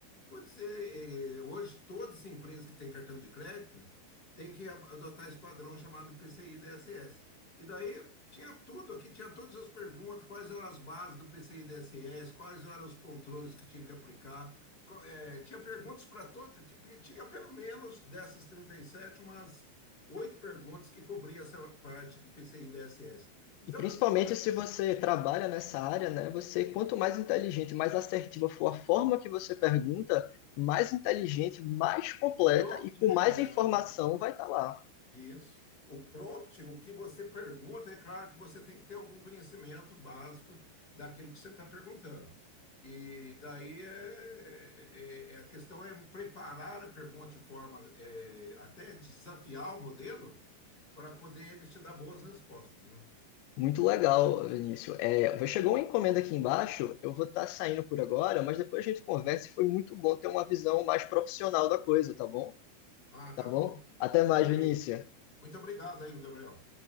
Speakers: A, on the left; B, on the left.
A: Pode ser, eh, hoje, todas as empresas que têm cartão de crédito, tem que a- adotar esse padrão chamado PCI DSS. E daí tinha tudo aqui, tinha todas as perguntas, quais eram as bases do PCI DSS, quais eram os controles que tinha que aplicar. co- eh, tinha perguntas para todo, ti- tinha pelo menos dessas 37 umas oito perguntas que cobria essa parte do PCI DSS. Então
B: E principalmente
A: eu tava,
B: se você trabalha nessa área, né? Você, quanto mais inteligente, mais assertiva for a forma que você pergunta, mais inteligente, mais completa
A: o prompt,
B: e com
A: eh,
B: mais informação
A: o-
B: vai estar lá.
A: Isso. O prompt, o que você pergunta, é claro que você tem que ter algum conhecimento básico daquilo que você está perguntando. E daí é, é- é- é, a questão é preparar a pergunta de forma é, até desafiar o modelo para poder ele te dar boas respostas, né?
B: Muito legal, Vinícius. É, chegou uma encomenda aqui embaixo, eu vou estar saindo por agora, mas depois a gente conversa e foi muito bom ter uma visão mais profissional da coisa, tá bom?
A: Ah, tá
B: Tá
A: bom.
B: bom? Até
A: Muito
B: mais,
A: bem.
B: Vinícius.
A: Muito obrigado aí, Gabriel.